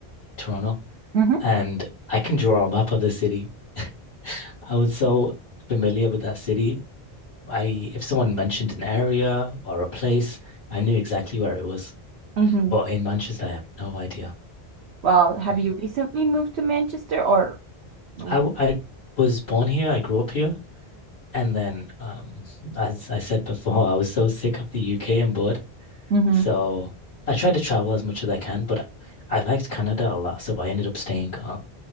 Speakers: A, on the left (about 75°); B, on the right (about 80°).
A: Toronto,
B: hmm
A: and I can draw a map of the city. <laughs> I was so familiar with that city I if someone mentioned an area or a place, I knew exactly where it was.
B: hmm
A: But in Manchester, I have no idea.
B: <laughs> Well, have
A: Mm.
B: you recently moved to Manchester or? hmm
A: I w- I was born here. I grew up here, and then um, as I said before, I was so sick of the UK and bored.
B: hmm
A: So I tried to travel as much as I can, but I liked Canada a lot, so I ended up staying um